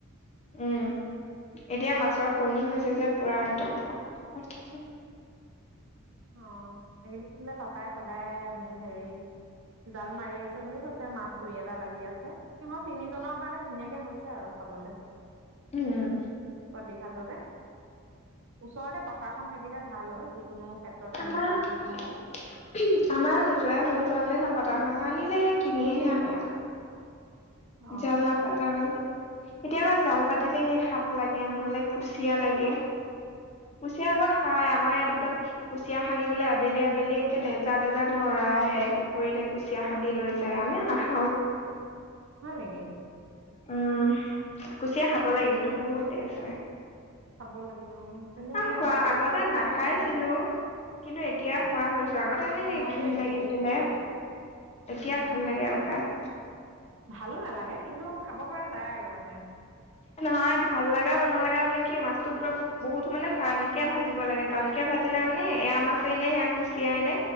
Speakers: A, on the left; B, on the right.
A: উম এতিয়া মাছৰ কণী হৈছে যে, পুৰা একদম শকত-শকত পঠ
B: অ, এইকেইদিন বোলে পাপাই সদায় হেৰি, জাল মাৰি আছে বুলি কৈছে। মাছ দুই, এটা লাগি আছে, সিহঁত তিনিজনৰ কাৰণে ধুনীয়াকে হৈছে আৰু খাবলে
A: উম
B: প্ৰতি সাজতে, ওচৰতে পথাৰখন থাকিলে ভাল অ, ' যিকোনো ক্ষেত্ৰতে
A: আমাৰ-আমাৰ,
B: মানে সুবিধা হয়
A: নোযোৱাই হ'ল, জালে নাপাতে তেহল নানিলে কিনি সে আনে।
B: অ
A: জাল নাপাতা হ'ল। এতিয়া জাল পাতিলেহে সাপ লাগে, নহলে কুচিয়া লাগে। কুচিয়া আকৌ খাই, আমাৰ ইয়াত একদম কুচিয়া সানিবলৈ আবেলি-আবেলি একে এজাক-এজাক ল'ৰা ল'ৰা আহে, পুখুৰীতে কুচিয়া খান্দি লৈ যায়, আমিও নাখাওঁ
B: হয় নেকি?
A: উম, কুচিয়া খাব লাগে, কিন্তু বহুত তেজ হয়।
B: খাব লাগে অ, কিন্তু
A: আৰু
B: মই
A: খোৱা
B: ভাল বস্তু
A: আগতে
B: আকৌ
A: নাখাইছিলো
B: খাব মন নাযায়।
A: কিন্তু এতিয়া খোৱা হৈছো, আগতে এনে সেই
B: ময়ো
A: ঘিণ
B: একেই
A: লাগিছিলে
B: একেই দিয়া
A: এতিয়া
B: উম
A: ভাল লাগে
B: একেই
A: আৰু খাই।
B: ভালো নালাগে, কিন্তু খাব পৰা যায় আৰু মানে
A: নহয় ভাল লগা বা নলগা মানে কি, মাছতো পুৰা বহুত মানে টানকে ভাজিব লাগে, টান কে ভাজি ভাজিলে মানে, এইয়া মাছে নে সেয়া কুচিয়া নে